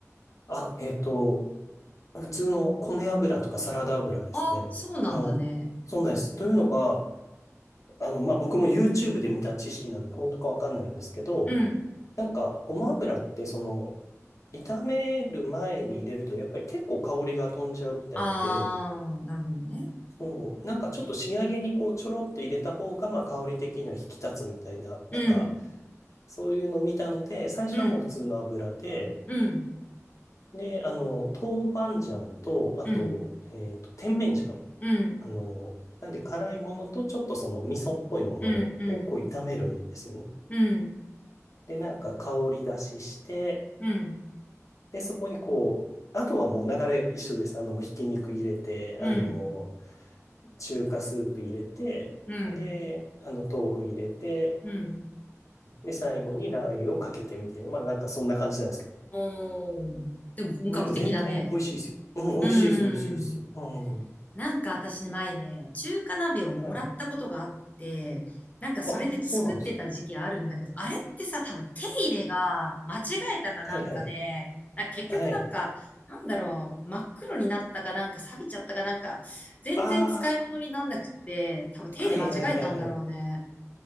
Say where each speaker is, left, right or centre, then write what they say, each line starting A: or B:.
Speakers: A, on the left; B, on the left.
A: あ、えっと、普通の米油とかサラダ油ですね。
B: あ、そうなんだね。
A: あの、そうなんです。というのが、あの、まあ僕も YouTube で見た知識なんで、本当かわかんないんですけど、
B: うん。
A: なんか、ごま油って、その、炒める前に入れると、やっぱり結構香りが飛んじゃうみたいで、
B: ああ、なるほどね。
A: そう、なんかちょっと仕上げにこう、ちょろっと入れた方が、まあ、香り的には引き立つみたいな、なんか、
B: うん。
A: そういうのを見たので、最初はもう普通の油で、
B: うん。うん。
A: で、あの、豆板醤と、あと、
B: うん。
A: えっと、甜麺醤。
B: うん、
A: あの、なんで辛いものと、ちょっとその味噌っぽいものをこう、
B: うん、うん、
A: 炒めるんですよね。
B: うん、
A: で、なんか香り出しして、
B: うん、
A: で、そこにこう、あとはもう流れ一緒です。あの、もうひき肉入れて、
B: うん、
A: あの、中華スープ入れて、
B: うん、
A: で、あの、豆腐入れて、
B: うん。
A: で、最後にラー油をかけてみたいな、まあなんかそんな感じなんですけ
B: おー。でも本格的だね。
A: ど。でも全然美味しいですよ。うん、
B: うん、
A: 美味しいです、美味しいです。
B: うん。
A: うん。
B: なんか私前ね、中華鍋をもらったことがあって、
A: はい。
B: なんかそれで作ってた時期あるんだけど、
A: あ、そうなんですか。
B: あれってさ、多分手入れが間違えたかなんかで、
A: はいはい。
B: なんか結局なんか、
A: はい。
B: なんだろう、真っ黒になったかなんか錆びちゃったかなんか、全然使い物になんなくって、
A: あ
B: 多分手入れ間違えたんだろうね。
A: あ、はいはいはいはい。